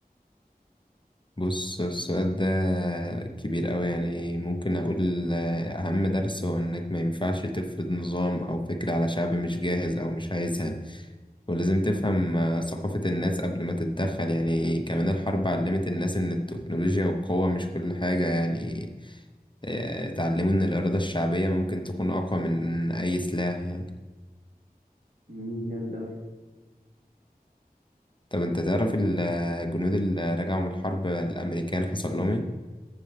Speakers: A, on the left (about 30°); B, on the right (about 70°).
A: بص السؤال ده كبير أوي يعني ممكن أقول آه، أهم درس هو إنك ما ينفعش تفرض نظام أو فكرة على شعب مش جاهز أو مش عايزها ولازم تفهم آه، ثقافة الناس قبل ما تتدخل يعني كمان الحرب علمت الناس إن التكنولوجيا والقوة مش كل حاجة يعني آه، اتعلموا إن الإرادة الشعبية ممكن تكون أقوى من أي سلاح يعني
B: مم، جامد أوي
A: طب أنت تعرف الجنود اللي رجعوا من الحرب الأمريكان حصل لهم إيه؟